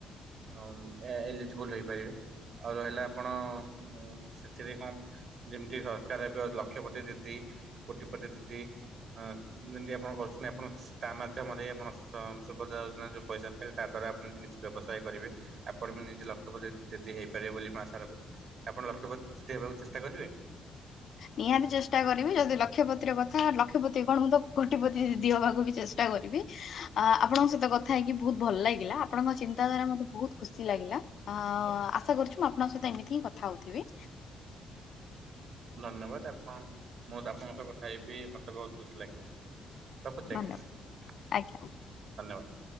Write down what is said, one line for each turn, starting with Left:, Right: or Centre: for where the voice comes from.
Right: ଅଁମ ଏ-ଏ-ଏଲିଜିବୁଲ ହେଇପାରିବେ। ଆଉ ରହିଲା ଆପଣ ଉଁ ସେଥିରେ କଣ ଯେମିତି ସରକାର ଏବେ ଲକ୍ଷପତି ଦିଦି। କୋଟିପତି ଦଦି ଅଁ ଯେମିତି ଆପଣ କରୁଛନ୍ତି ଆପଣ ତା ମାଧ୍ୟମରେ ଆପଣ ସ ସୁ ଯଉ ଦିନ ଯଉ ପଇସା ପାଇଲେ ତା ଦ୍ୱାରା ଆପଣ ଟି କିଛି ବ୍ୟବସାୟ କରିବେ ଆପଣ ବି ନିଜେ ଲକ୍ଷ୍ୟ ପତି ଦିଦି ହେଇପାରିବେ ବୋଲି। ମୁଁ ଆଶା ରଖୁଚି ଆପଣ ଲକ୍ଷପତି ଦିଦି ହେବାକୁ ଚେଷ୍ଟା କରିବେ।
Left: ନିହାତି ଚେଷ୍ଟା କରିବି ଯଦି ଲକ୍ଷପତିର କଥା ଲକ୍ଷପତି କଣ ମୁଁ ତ କୋଟିପତି ଦିଦି ହବାକୁ ବି ଚେଷ୍ଟା କରିବି ଆ ଆପଣଙ୍କ ସହିତ କଥା ହେଇକି ବହୁତ ଭଲ ଲାଗିଲା ଆପଣଙ୍କ ଚିନ୍ତା ଧାରା ମତେ ବହୁତ ଖୁସି ଲାଗିଲା। ଅ ଆଶା କରୁଛି ମୁଁ ଆପଣଙ୍କ ସହିତ ଏମିତି ହିଁ କଥା ହଉଥିବି।
Right: ହଁ ଧନ୍ୟବାଦ ଆପଣ ମୁଁ ଆପଣଙ୍କ ସହ କଥା ହେଇ ବି ମତେ ବହୁତ ଖୁସି ଲାଗିଲା। ରଖୁଛି
Left: ଧନ୍ୟବାଦ
Right: ଆଜ୍ଞା ଧନ୍ୟବାଦ।
Left: ଆଜ୍ଞା।